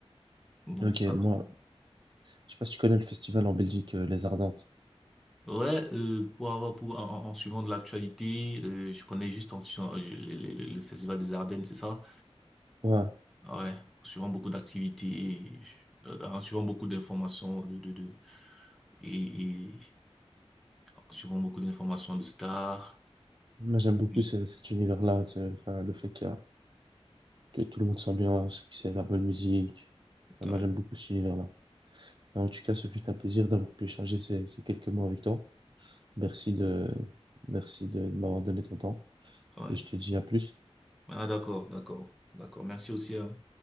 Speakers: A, in the centre; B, on the right.
A: non.
B: Ok,
A: pas
B: moi,
A: vraiment.
B: je sais pas si tu connais le festival en Belgique, euh, Les Ardentes.
A: Ouais, euh, pour avoir pour en, en- en suivant de l'actualité, euh, je connais juste en suivant euh, le, le- le- le Festival des Ardennes, c'est ça?
B: Ouais,
A: Ouais, en suivant beaucoup d'activités, euh, en suivant beaucoup d'informations de, de, de et, et en suivant beaucoup d'informations de stars.
B: moi j'aime beaucoup
A: J-
B: ce- cet univers-là, ce- enfin, le fait qu'il y a- que tout le monde s'ambiance, que c'est la bonne musique. Enfin,
A: Ouais,
B: moi j'aime beaucoup cet univers-là. En tout cas, ce fut un plaisir d'avoir pu échanger ces, ces quelques mots avec toi. Merci de, merci de de m'avoir donné ton temps
A: ouais.
B: et je te dis à plus.
A: Ah d'accord, d'accord, d'accord. Merci aussi, hein.